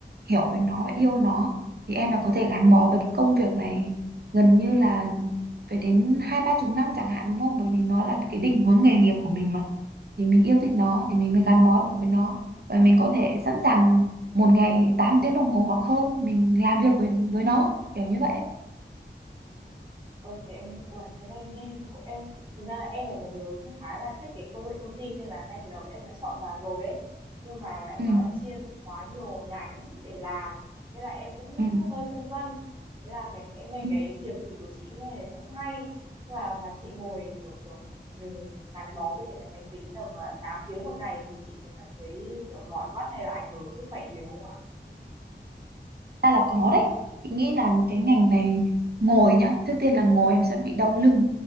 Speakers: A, on the right; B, on the right.
A: hiểu về nó và yêu nó. Thì em phải có thể gắn bó với cái công việc này gần như là phải đến hai ba chục năm chẳng hạn đúng không? Bởi vì nó là cái định hướng nghề nghiệp của mình mà thì mình yêu thích nó thì mình mới gắn bó được với nó và mình có thể sẵn sàng một ngày 8 tiếng đồng hồ hoặc hơn mình làm việc với với nó kiểu như vậy ấy.
B: Ôi cái em uầy, cái này nghe, của em cũng thực ra là em là một đứa cũng khá là thích cái công nghệ thông tin nên là ngay từ đầu em đã chọn vào rồi ấy nhưng mà lại
A: ừ
B: nó chia ra quá nhiều nhánh để làm nên là em cũng
A: ừ
B: hơi phân vân thế là cái em nghe
A: ừ
B: cái kiểm thử của chị nghe cũng hay và mà chị ngồi kiểu kiểu mình gắn bó với cái, máy tính tầm à, 8 tiếng một ngày thì chị có cảm thấy kiểu mỏi mắt hay là ảnh hưởng sức khỏe nhiều không ạ?
A: ra là có đấy chị nghĩ là cái ngành này ngồi nhá trước tiên là ngồi em sẽ bị đau lưng